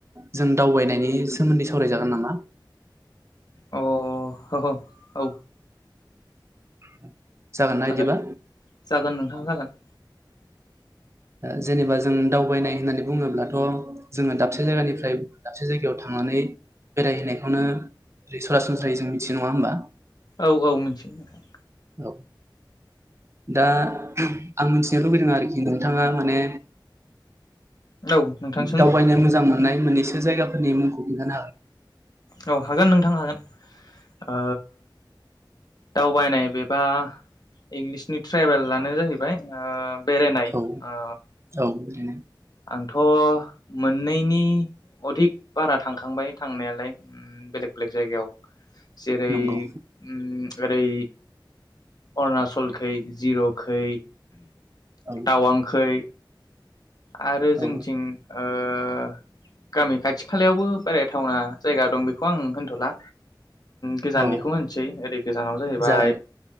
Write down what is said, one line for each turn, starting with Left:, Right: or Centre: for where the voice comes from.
Right: जों दावबायनायनि सोमोन्दै सावरायजागोन नामा?
Left: अह ह औ
Right: <inaudible> ना
Left: हागोन
Right: बिदिबा
Left: जागोन नोंथां
Right: ओ,
Left: जागोन।
Right: जेनेबा जों दावबायनाय होननानै बुङोब्लाथ' जोङो दाबसे जायगानिफ्राय दाबसे जायगायाव थांनानै बेरायहैनायखौनो ओै सरासनस्रायै जों मिथिनाय नङा होमबा?
Left: औ औ मिथियो नोंथां।
Right: औ दा आं मिथिनो लुबैदों आरोखि ना नोंथाङा माने
Left: औ नोंथां सों
Right: दावबायनो
Left: दे
Right: मोजां मोननाय मोननैसो जायगाफोरनि मुंखौ खिन्थानो हागोन।
Left: औ हागोन नोंथां हागोन ओ दावबायनाय बेबा इंलिसनि ट्रेभेलानो जाहैबाय ओ बेरायनाय
Right: औ
Left: ओ
Right: औ ओरैनो
Left: आं थ' मोननैनि अधिक बारा थांखांबाय थांनायालाय बेलेग बेलेक जायगायाव जेरै
Right: नंगौ
Left: उम ओरै अरुणाचलखै जिर'खै
Right: औ
Left: टावांखै आरो जोंथिं
Right: औ
Left: ओ ओ गामि खाथि खालायावबो बेरायथावना जायगा दं बेखौ आं होनथ'ला गोजाननिखौ
Right: औ
Left: होनसै ओरै गोजानाव जाहैबाय।
Right: जागोन